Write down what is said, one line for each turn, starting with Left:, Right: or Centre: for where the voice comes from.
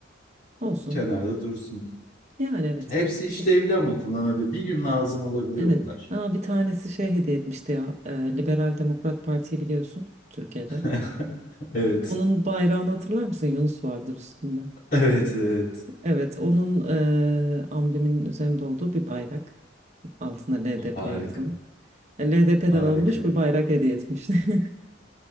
Right: olsun.
Left: Kenarda dursun.
Right: Yani evet.
Left: Hepsi
Right: İşte
Left: işlevli ama kullanabilir. Bir gün lazım olabilir
Right: Evet.
Left: onlar.
Right: Ha bir tanesi şey hediye etmişti ya. e, Liberal Demokrat Parti'yi biliyorsun Türkiye'de.
Left: <laughs> Evet.
Right: Onun bayrağını hatırlar mısın? Yunus vardır üstünde.
Left: Evet, evet.
Right: Evet, onun e, ambleminin üzerinde olduğu bir bayrak. Altına LDP
Left: Harika.
Right: yazılı. LDP'den
Left: Harika.
Right: alınmış bir bayrak hediye etmişti. <laughs>